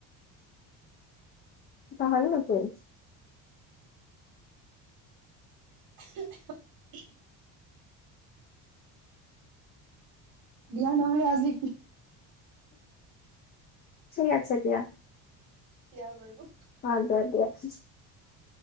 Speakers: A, on the left; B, on the right.
A: পাহৰিলি নেকি!
B: <inaudible> বিয়া নহলে আজি।
A: ঠিক আছে দিয়া।
B: বিয়া বাৰু
A: অ <unintelligible>